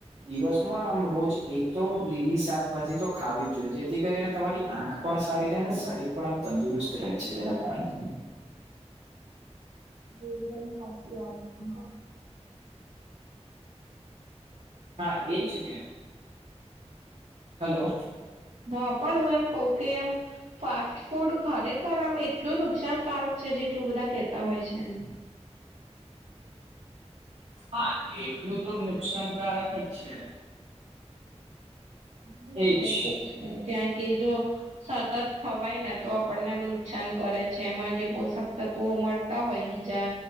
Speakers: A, on the right; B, on the right.
A: દિવસમાં આમ રોજ એક તો લીલી શાકભાજી તો ખાવી જ જોઈએ જેથી કરીને તમારી આંખ પણ સારી રહે ને શરીર પણ આમ તંદુરસ્ત રહે છે તેના કારણે
B: એકદમ સાચી વાત છે હા
A: હા એન છે ન હલો
B: હા પણ હું એમ કવ કે એમ ફાસ્ટ ફૂડ ખરેખર આમ એટલું નુકસાનકારક છે જેટલું બધા કેહેતા હોય છે એમ
A: હા એટલું તો નુકસાનકારક જ છે.
B: હમ
A: એજ
B: એતો જ કારં કે જો સતત થવાય ને તો આપણને આમ નુકસાન કરે છે એમાં જે પોષકવ તો મળતા હોય બીજા